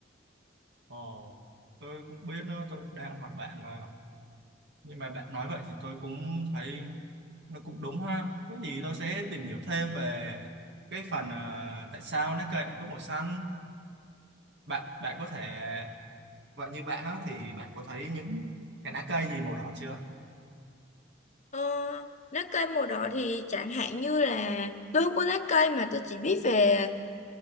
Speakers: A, on the right; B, on the left.
A: ồ, tôi cũng biết nữa tôi đang hỏi bạn mà nhưng mà bạn nói vậy thì tôi cũng thấy nó cũng đúng ha có gì tôi sẽ tìm hiểu thêm về cái phần à, tại sao lá cây lại có màu xanh bạn bạn có thể vậy như bạn đó thì bạn có thấy những cái lá cây gì màu đỏ chưa
B: Ờ, lá cây màu đỏ thì chẳng hạn như là tôi không có lá cây mà tôi chỉ biết về